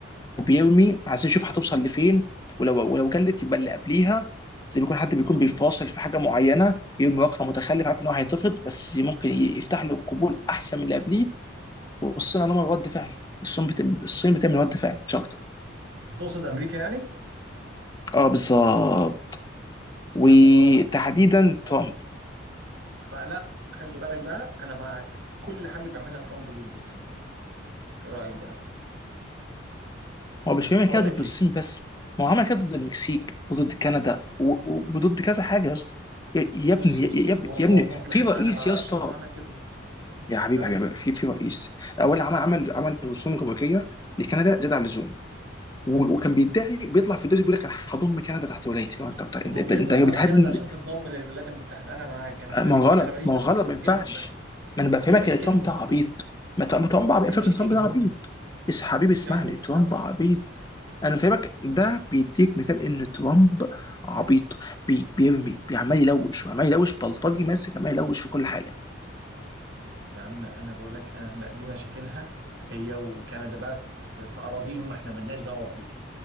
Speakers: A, on the left; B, on the right.
A: وبيرمي عايز يشوف هتوصل لفين ولو ولو جلت يبقى اللي قبليها زي ما يكون حد بيكون بيفاصل في حاجه معينه يرمي رقم متخلف عارف ان هو هيترفض بس ممكن يفتح له قبول احسن من اللي قبليه والصين عندهم رد فعل الصين بت... الصين بتعمل رد فعل مش اكتر
B: انت تقصد امريكا يعني؟
A: اه بالظبط وتحديدا
B: يا اسطى يا اسطى ثواني
A: ترامب
B: بقى لا خلي بالك بقى انا مع كل حاجة بيعملها ترامب ضد الصين ايه رأيك بقى؟
A: هو مش بيعمل
B: هقول
A: كده ضد
B: لك ليه
A: الصين بس ما هو عمل كده ضد المكسيك وضد كندا و- و- وضد كذا حاجه يا اسطى يا يا
B: بص
A: ابني
B: بص
A: يا يا ابني
B: هو
A: يا
B: هو
A: ابني
B: في مصلحتنا
A: في رئيس
B: انا ما اعرفش
A: يا اسطى
B: ان هو عمل كده
A: يا حبيبي
B: ها
A: حبيبي في في رئيس اولا عمل عمل عمل رسوم جمركيه لكندا زاد عن اللزوم و- وكان بيدعي وبيطلع في الدوري بيقول لك انا هضم كندا تحت ولايتي لو انت انت
B: وهو
A: انت,
B: بيضغط
A: انت بتهدد
B: على كندا عشان تتضم للولايات المتحدة أنا معاك أنا فهمتك
A: ما هو غلط
B: أنا ماليش
A: ما
B: دعوة
A: هو غلط
B: دي
A: ما
B: مشاكلهم
A: ينفعش
B: بقى
A: ما انا بفهمك
B: دي مشاكلهم
A: ان ترامب ده عبيط ما ترامب ترامب عبيط
B: دي
A: فاكر
B: مشاكلهم
A: ترامب ده عبيط بس حبيبي اسمعني
B: يا عم ماليش
A: ترامب
B: دعوه
A: عبيط انا فاهمك ده بيديك مثال ان ترامب عبيط بي بيرمي بيعمل يلوش وعمال يلوش بلطجي ماسك عمال يلوش في كل حاجه
B: يا عم انا بقول لك انا دي مشاكلها هي وكندا بقى في, في, في اراضيهم احنا مالناش دعوه بيها